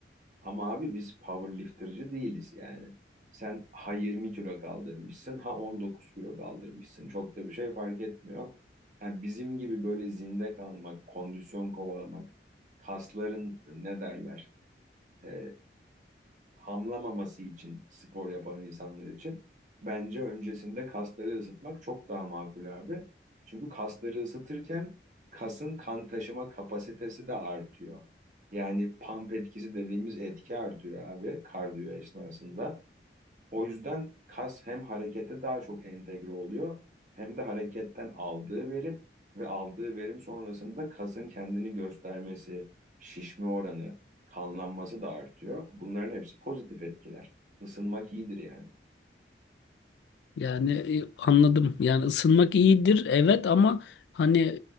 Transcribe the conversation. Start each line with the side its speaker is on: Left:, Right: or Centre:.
Right: Ama abi biz powerlifterci değiliz yani. Sen ha 20 kilo kaldırmışsın ha 19 kilo kaldırmışsın çok da bir şey fark etmiyor. Yani bizim gibi böyle zinde kalmak, kondisyon kovalamak, kasların ne derler? e, hamlamaması için spor yapan insanlar için bence öncesinde kasları ısıtmak çok daha makul abi. Çünkü kasları ısıtırken kasın kan taşıma kapasitesi de artıyor. Yani pump etkisi dediğimiz etki artıyor abi kardiyo esnasında. O yüzden kas hem harekete daha çok entegre oluyor hem de hareketten aldığı verim ve aldığı verim sonrasında kasın kendini göstermesi, şişme oranı, kanlanması da artıyor. Bunların hepsi pozitif etkiler. Isınmak iyidir yani.
Left: Yani e, anladım. Yani ısınmak iyidir evet ama hani